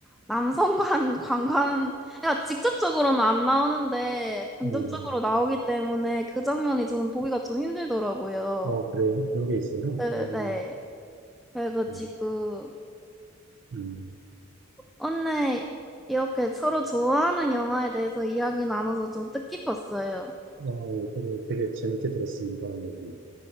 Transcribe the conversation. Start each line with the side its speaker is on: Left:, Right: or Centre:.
Centre: 남성관 <laughs> 관관 그러니까 직접적으로는 안 나오는데 간접적으로
Right: 음,
Centre: 나오기 때문에 그 장면이 저는 보기가 좀 힘들더라고요.
Right: 어, 그래요. 그런 게 있어요.
Centre: 네,
Right: 음,
Centre: 네. 그래가지고
Right: 음, 음.
Centre: 오늘 이렇게 서로 좋아하는 영화에 대해서 이야기 나눠서 좀 뜻깊었어요.
Right: 어, 저도 되게 재밌게 들었습니다. 여기.